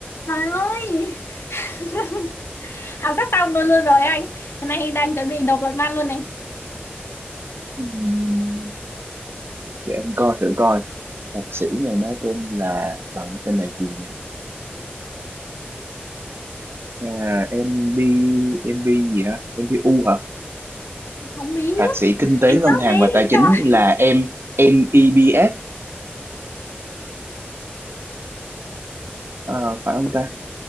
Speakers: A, on the left; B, on the right.
A: trời ơi <laughs> học sắp xong luôn luôn rồi anh nay đang chuẩn bị nộp luận văn luôn này
B: Ừm, để em coi thử coi thạc sĩ này nó tên là bằng tên này gì nhỉ À, em đi em đi gì hả? Em đi U hả?
A: không biết
B: Thạc sĩ kinh tế
A: anh
B: ngân
A: nói
B: hàng
A: đi
B: và tài chính
A: <laughs> Trời
B: là em MEBS à, phải không ta?